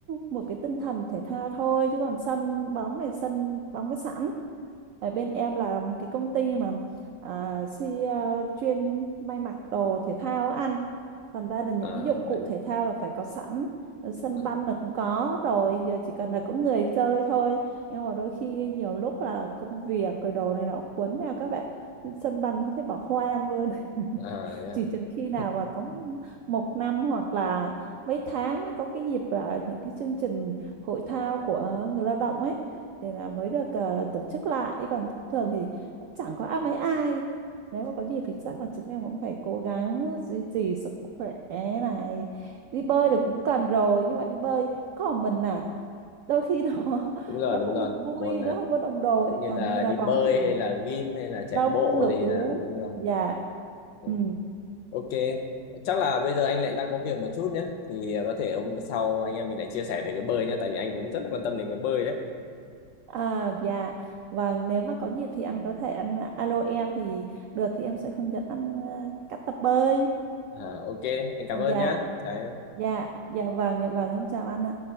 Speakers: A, on the right; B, on the left.
A: một cái tinh thần thể thao thôi chứ còn sân bóng này sân bóng có sẵn Ở bên em là một cái công ty mà à, si, à, chuyên may mặc đồ thể thao ăn. Thành ra là những
B: à
A: cái dụng
B: vậy
A: cụ
B: à,
A: thể thao là phải có sẵn. Ờ, Sân
B: Ờ.
A: banh là cũng có rồi, giờ chỉ cần là có người chơi thôi. Nhưng mà đôi khi nhiều lúc là công việc rồi đồ này nọ cuốn theo các bạn. Sân banh cũng thấy bỏ hoang luôn. <laughs>
B: à, thế à, <laughs>
A: chỉ chừng khi nào
B: yeah.
A: mà có một năm hoặc là mấy tháng mới có cái dịp là những cái chương trình hội thao của người lao động ấy thì là mới được ờ, tổ chức lại chứ còn thông thường thì cũng chẳng có ai mấy ai nếu mà có dịp thì chắc là chúng em cũng phải cố gắng duy trì sức khỏe này đi bơi được cũng cần rồi nhưng mà đi bơi còn mình à đôi khi nó <laughs>
B: đúng rồi
A: nó
B: đúng
A: không
B: rồi
A: được vui
B: môn
A: nó
B: à,
A: không có đồng đội
B: như
A: còn
B: là
A: đi đá
B: đi
A: bóng
B: bơi
A: thì
B: hay là gym hay là chạy
A: đông
B: bộ
A: đủ
B: thì là đúng rồi
A: dạ
B: Ừ.
A: ừ
B: Ok, chắc là bây giờ anh lại đang có việc một chút nhé. Thì à, có thể hôm sau anh em mình lại chia sẻ về cái bơi nhé. Tại vì anh cũng rất là quan tâm đến cái bơi đấy.
A: À, dạ vâng nếu mà có dịp thì anh có thể anh à, alo em thì được thì em sẽ hướng dẫn anh ờ, cách tập bơi
B: À, ok, anh cảm ơn
A: dạ
B: nhé. Đấy,
A: dạ dạ vâng dạ vâng em chào anh ạ